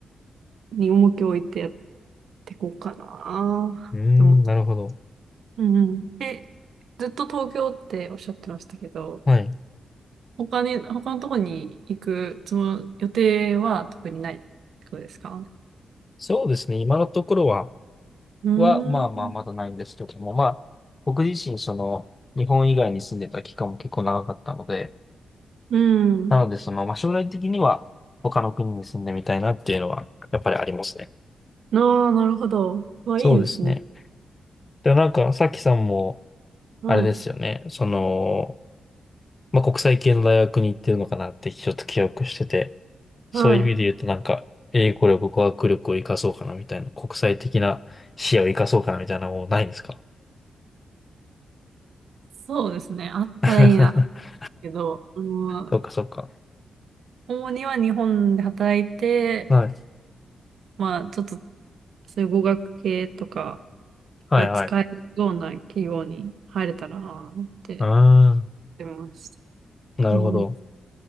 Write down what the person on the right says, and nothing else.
に重きを置いてやっていこうかなって思った。
うんうん。え、ずっと東京っておっしゃってましたけど、
他に、他のとこに行くつも、予定は特にないってことですか
うーん。
うん。
ああ、なるほど。わ、
いいですね。
はい。
はい。
そうですね。あったらいいな。
けど、あの、
主には日本で働いて、
まあ、ちょっと、そういう語学系とか
が使えるような企業に入れたらなって思っ
てます。
うん。